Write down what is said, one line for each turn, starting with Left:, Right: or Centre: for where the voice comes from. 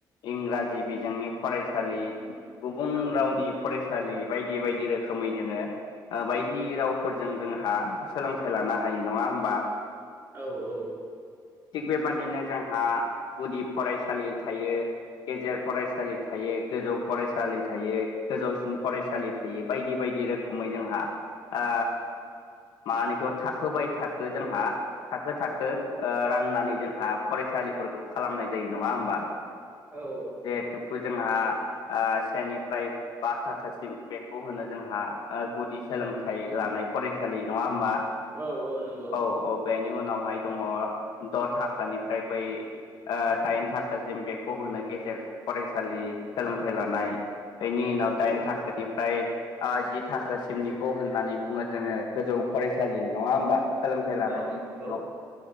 Left: इंराजि बिजोंनि फरायसालि गुबुन
Right: औ
Left: रावनि फरायसालि बायदि बायदि रोखोमै जोङो ओ बायदि रावफोरजों जोंहा सोलोंथाइ लानो हायो नङा ओमबा
Right: औ औ
Left: थिग बेबादिनो जोंहा गुदि फरायसालि थायो। गेजेर फरायसालि थायो गोजौ फरायसालि थायो गोजौसिन फरायसालि थायो बायदि बायदि रो खोमै जोंहा ओ मा होनोखौ थाखोबाय थाखो जोंहा थाखो थाखो ओ राननानै जोंहा फरायसालिफोरखौ खालामनाय जायो नङा ओमबा
Right: औ
Left: जिहेतुबो जोंहा ओ सेनिफ्राय बा थाखोसिम बेखौ होनो जोंहा ओ गुदि सोलोंथाइ लानाय फरायसालि नङा ओमबा?
Right: औ नंगौ
Left: औ औ बेनि उनावहाय दङ द' थाखानिफ्राय बै ओ दाइन थाखासिम बेखौ होनो गेजेर फरायसालि सोलोंथाइ लानाय बेनि उनाव दाइन
Right: औ
Left: थाखोनिफ्राय ओ जि थाखोसिमनिखौ होननानै बुङो जोङो गोजौ फरायसालि नङा ओमबा? सोलोंथाइ लानायनि
Right: औ नंगौ
Left: बिथिङाव